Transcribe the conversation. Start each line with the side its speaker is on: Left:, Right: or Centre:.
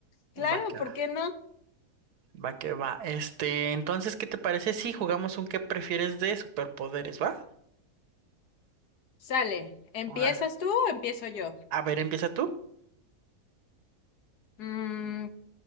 Left: claro,
Right: Va que
Left: ¿por
Right: va,
Left: qué no?
Right: va que va. Este, entonces, ¿qué te parece si jugamos un qué prefieres de superpoderes, va?
Left: Sale, ¿empiezas
Right: Ahora,
Left: tú o empiezo yo?
Right: a ver, empieza tú.
Left: Mm,